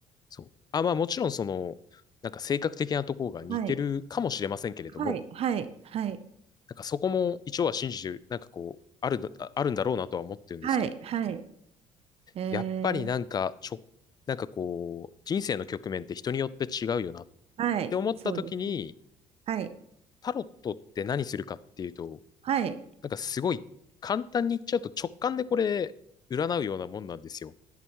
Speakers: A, on the left; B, on the right.
A: そう。あ、まあもちろんその、なんか性格的なところが似てるかもしれませんけれども、
B: はい。はい。はい。はい。
A: なんかそこも一応は信じてる、なんかこう、ある、あるんだろうなとは思ってるんですけど
B: はい。はい。えー、
A: やっぱりなんか、ちょ、なんかこう、人生の局面って人によって違うよなっ
B: はい。
A: て思った時に、
B: そうですね。はい。
A: タロットって何するかっていうと、
B: はい。
A: なんかすごい簡単に言っちゃうと直感でこれ占うようなもんなんですよ。